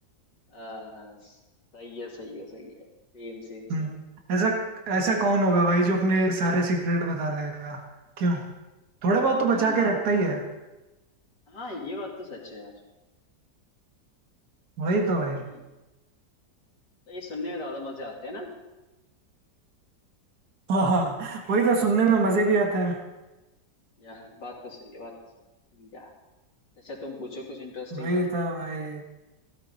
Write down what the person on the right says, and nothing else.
हम्म
ऐसा ऐसा कौन होगा भाई जो अपने सारे सीक्रेट बता देगा क्यों थोड़े बहुत
तो बचा के रखता ही है
वही तो भाई
हाँ हाँ वही तो सुनने में मजे भी आते हैं
वही
तो भाई